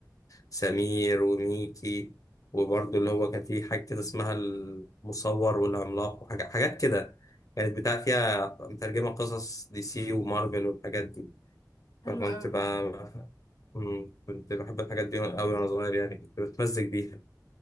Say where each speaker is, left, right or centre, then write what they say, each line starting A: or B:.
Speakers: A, on the left; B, on the left.
A: وسمير وميكي وبرضه اللي هو كان فيه حاجة كده اسمها المصور والعملاق وحاجات حاجات كده كانت بتاع فيها مترجمة قصص دي سي ومارفل والحاجات دي
B: حلو
A: فكنت
B: قوي
A: بقى
B: ده
A: مم، كنت بحب الحاجات دي أوي وأنا صغير يعني كنت بتمزج بيها